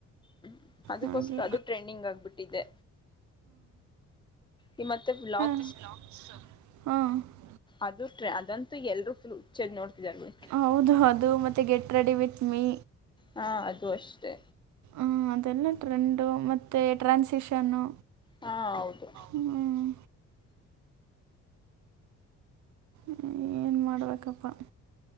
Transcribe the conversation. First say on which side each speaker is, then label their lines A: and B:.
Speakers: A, on the left (about 15°); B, on the right (about 70°).
A: ಹ್ಮ ಅದಕೋಸ್ಕರ
B: ಹಾಗೆ
A: ಅದು ಟ್ರೆಂಡಿಂಗ್ ಆಗ್ಬಿಟ್ಟಿದೆ. ನಿಮ್ಮತ್ತೆ ಬ್ಲಾಕ್
B: <inaudible> ಹ್ಮು
A: ಅದು ಟ್ರೆ ಅದಂತೂ ಎಲ್ರೂ ಫುಲ್ ಹುಚ್ಚೆದ್ ನೋಡ್ತಿದಾರ ಬಿಡಿ
B: ಹೌದು ಅದು ಮತ್ತೆ ಗೆಟ್ ರೆಡಿ ವಿತ್ ಮೀ
A: ಹಾ ಅದು ಅಷ್ಟೇ
B: ಹು ಅದೆಲ್ಲ ಟ್ರೆಂಡು ಮತ್ತೆ ಟ್ರಾನ್ಸಿಷನ್ನು
A: ಹಾ ಹೌದು
B: ಹ್ಮ್ ಹ್ಮೂ ಏನ್ ಮಾಡ್ಬೇಕಪ್ಪಾ